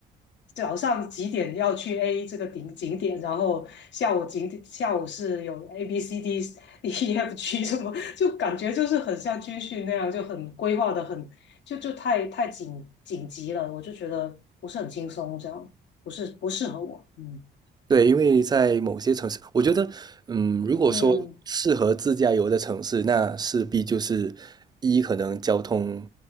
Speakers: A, on the left (about 65°); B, on the right (about 20°).
A: 早上几点要去 A 这个顶景点，然后下午景点下午是有 A B C D <laughs> E F G 什么，就感觉就是很像军训那样，就很规划的很就就太太紧紧急了，我就觉得不是很轻松，这样不是不适合我，嗯
B: 对，因为在某些城市，我觉得，嗯，如果说适合自驾游的城市，
A: 嗯
B: 那势必就是一可能交通